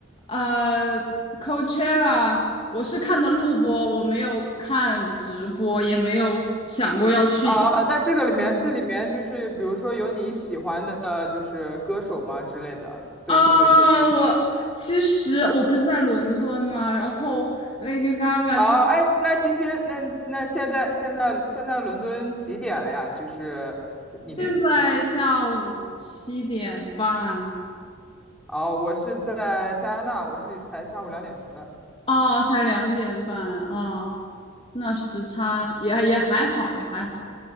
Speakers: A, on the left; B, in the centre.
A: 呃 Coachella，我是看的录播，我没有看直播，也没有想过要去现
B: 啊，那这个里面这里面就是比如说有你喜欢的就是歌手吗之类的，所以你会去。
A: 啊。我其实我不是在伦敦嘛，然后 Lady Gaga
B: 哦，
A: 她
B: 哎，那今天那那现在现在现在伦敦几点了呀？就是你那边。
A: 现在下午七点半，
B: 哦，我是在加拿大，我这里才下午两点半。
A: 哦，才两点半，哦，那时差也也还好，也还好。